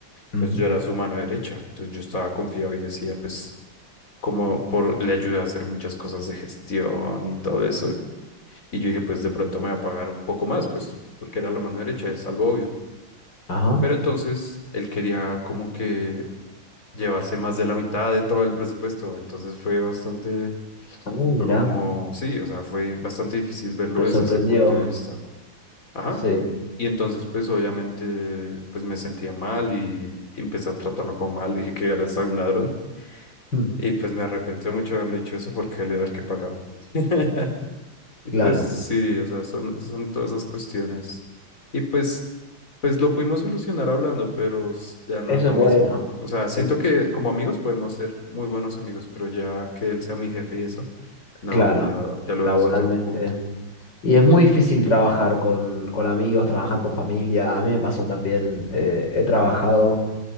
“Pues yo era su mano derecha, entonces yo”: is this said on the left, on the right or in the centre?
Left